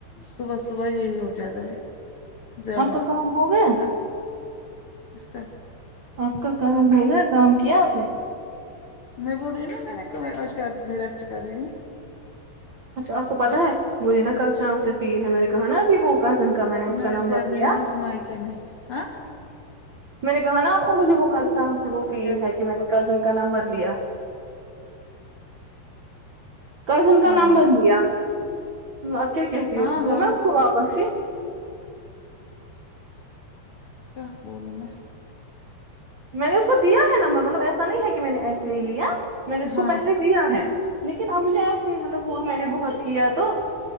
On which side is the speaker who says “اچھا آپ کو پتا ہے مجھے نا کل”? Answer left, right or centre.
Right